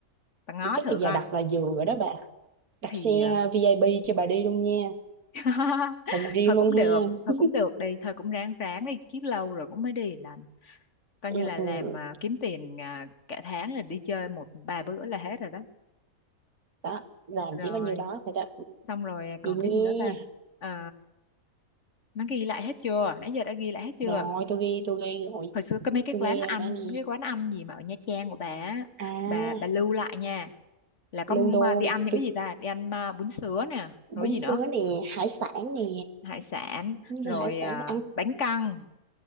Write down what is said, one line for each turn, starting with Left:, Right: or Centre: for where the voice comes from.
Left: bà ngó
Right: Thì chắc
Left: thử
Right: bây giờ
Left: coi
Right: đặt là vừa rồi đó bà đặt
Left: thì
Right: xe VIP cho bà đi luôn nha
Left: <laughs>
Right: phòng riêng
Left: thôi
Right: luôn
Left: cũng được
Right: ha
Left: thôi cũng được đi thôi cũng ráng ráng đi chứ lâu rồi cũng mới đi là coi
Right: ừ,
Left: như là làm
Right: ừ.
Left: à, kiếm tiền à, cả tháng là đi chơi một ba bữa là hết rồi đó
Right: đó làm
Left: rồi
Right: chỉ có nhiêu đó thôi đó
Left: xong rồi còn
Right: vậy nha
Left: cái gì nữa ta Ờ, má ghi lại hết chưa nãy giờ đã ghi lại hết chưa
Right: rồi tôi ghi tôi ghi rồi
Left: hồi xưa có mấy cái
Right: tôi
Left: quán
Right: ghi rồi
Left: ăn
Right: nè
Left: mấy
Right: nè
Left: cái quán ăn gì mà ở Nha Trang của bà á,
Right: à
Left: bà bà lưu lại nha là có
Right: luôn
Left: ma-
Right: luôn
Left: đi ăn những
Right: tôi
Left: cái gì ta đi ăn à, bún sứa nè rồi
Right: bún
Left: gì nữa
Right: sứa nè hải sản nè
Left: hải sản
Right: bún
Left: rồi
Right: sứa hải sản
Left: à,
Right: ăn
Left: bánh căn